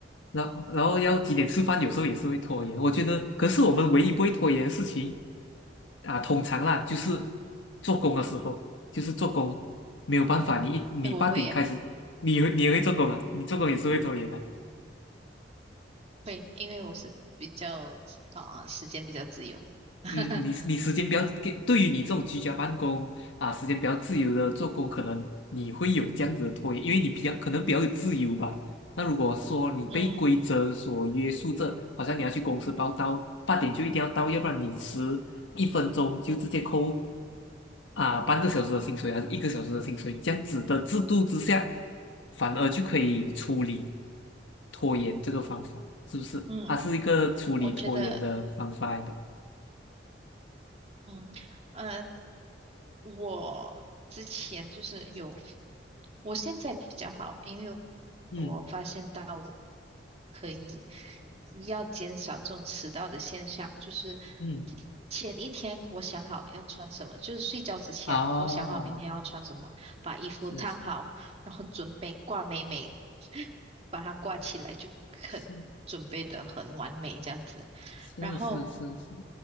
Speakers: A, on the left; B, on the right.
A: 然然后要几点吃饭，有时候也是会拖延。我觉得，可是我们唯一不会拖延的事情啊，通常啦，就是做工的时候，就是做工没有办法，你一你八点开始，
B: 哎，我会耶，
A: 你会你也会做工啊，你做工也是会拖延的、
B: 会，因为我是比较啊、时间比较自由，<laughs>
A: 嗯，你你时间比较给，对于你这种居家办公啊，时间比较自由的做工，可能你会有这样子的拖延，因为你比较可能比较有自由吧。那如果说你被规则所约束着，
B: 嗯
A: 好像你要去公司报到，八点就一定要到，要不然你迟一分钟就直接扣啊半个小时的薪水，还是一个小时的薪水，这样子的制度之下，反而就可以处理拖延这个方法，是不是？
B: 嗯，
A: 它是一个处理拖延的方法来的。
B: 我觉得嗯呃，我之前就是有我现在比较好，因为
A: 嗯
B: 我发现到我可以要减少这种迟到的现象，就是
A: 嗯。
B: 前一天我想好要穿什么，就是睡觉之前我想好明天要穿什么，
A: 哦，
B: 把衣服烫好，
A: 是是
B: 然后准备挂美美，把它挂起来就很准备的很完美这样子，
A: 是是是是是，
B: 然后。